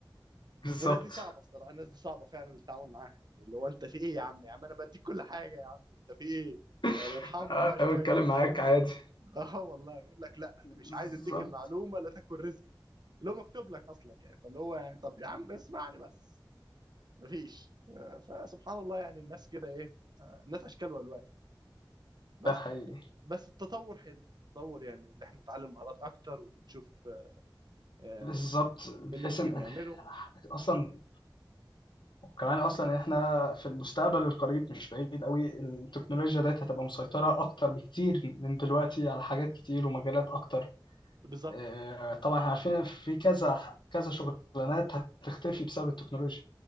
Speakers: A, on the left; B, on the right.
A: بالظبط
B: والناس دي صعبه الصراحه الناس دي صعبه فعلا التعامل معاها اللي هو انت في ايه يا عم يا عم انا بديك كل حاجه يا عم انت في ايه
A: <laughs>
B: يعني ارحمني
A: انا
B: بقى شويه
A: بتكلم معاك بالظبط عادي
B: <laughs> اه والله يقول لك لا انا مش
A: بالظبط
B: عايز اديك المعلومه لا تاكل رزقي اللي هو مكتوب لك اصلا يعني فاللي هو يعني طب يا عم اسمعني بس مفيش آه، فسبحان الله يعني الناس كده ايه آه، الناس اشكال والوان بس
A: ده حقيقي
B: ب- بس التطور حلو التطور يعني اللي احنا نتعلم مهارات اكتر ونشوف آه، آم،
A: بالظبط بحيث
B: ايه اللي ممكن
A: ان
B: نعمله
A: اصلا وكمان اصلا احنا في المستقبل القريب مش بعيد قوي التكنولوجيا ديت هتبقى مسيطرة اكتر بكتير من دلوقتي على حاجات كتير ومجالات اكتر
B: بالظبط
A: آه، طبعا احنا عارفين في كذا كذا شغلانات هتختفي بسبب التكنولوجيا